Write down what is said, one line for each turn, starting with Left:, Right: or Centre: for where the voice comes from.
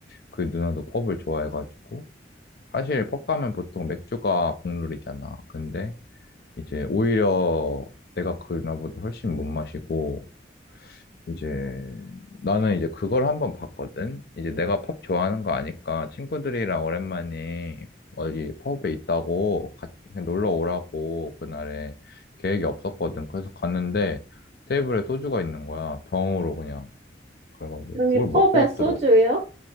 Left: 그 누나도 펍을 좋아해가지고 사실 펍 가면 보통 맥주가 국룰이잖아. 근데 이제 오히려 내가 그 누나보다 훨씬 못 마시고 이제 나는 이제 그걸 한번 봤거든. 이제 내가 펍 좋아하는 거 아니까 친구들이랑 오랜만에 어디 펍에 있다고 같이 그냥 놀러 오라고 그날에 계획이 없었거든. 그래서 갔는데 테이블에 소주가 있는 거야. 병으로 그냥. 그래가지고
Right: 여기
Left: 그걸
Right: 펍에
Left: 먹고 있더라고.
Right: 소주요?